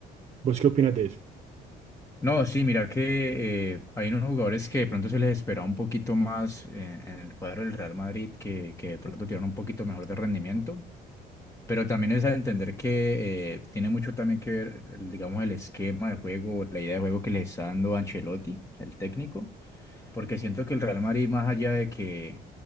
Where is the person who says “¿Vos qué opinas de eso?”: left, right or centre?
Right